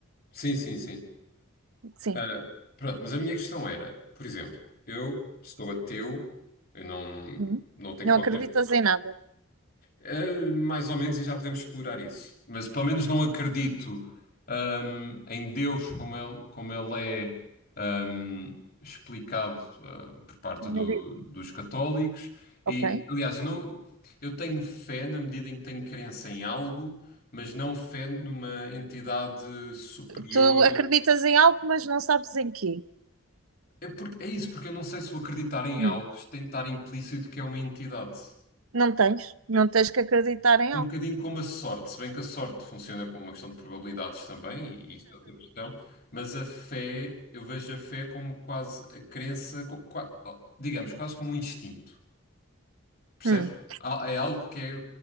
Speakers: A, on the left; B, on the right.
A: Sim, sim, sim.
B: Sim.
A: Ah, pronto, mas a minha questão era, por exemplo, eu sou ateu, eu não,
B: Uhum.
A: não tenho
B: Não
A: qualquer
B: acreditas em nada.
A: Uh, mais ou menos, e já podemos explorar isso. Mas pelo menos não acredito, um, em Deus como ele, como ele é, um, explicado, uh, por parte do-
B: Na Bíblia.
A: dos católicos. E,
B: Ok.
A: aliás, eu, não, eu tenho fé na medida em que tenho crença em algo, mas não fé numa entidade superior.
B: Tu acreditas em algo, mas não sabes em quê.
A: É, porque, é isso, porque eu não sei se o acreditar em
B: Hum.
A: algo tem de estar implícito que é uma entidade.
B: Não tens. Não tens que acreditar em
A: Um
B: algo.
A: bocadinho como a sorte, se bem que a sorte funciona como uma questão de probabilidades também, e isso é outra questão, mas a fé, eu vejo a fé como quase a crença, co- qua- digamos, quase como um instinto, percebes?
B: Hum.
A: Al- É algo que é